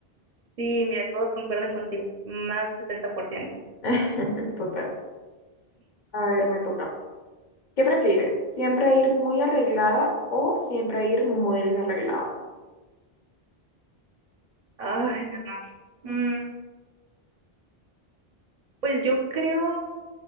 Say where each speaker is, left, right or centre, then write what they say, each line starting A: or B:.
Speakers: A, on the right (about 50°); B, on the left (about 45°).
A: Sí, mira, todos concuerdan contigo. Más del 70%.
B: <laughs> Total. A ver, me toca. ¿Qué prefieres? ¿Siempre ir muy arreglada o siempre ir muy desarreglada?
A: Ay, no, no. Mm, pues yo creo...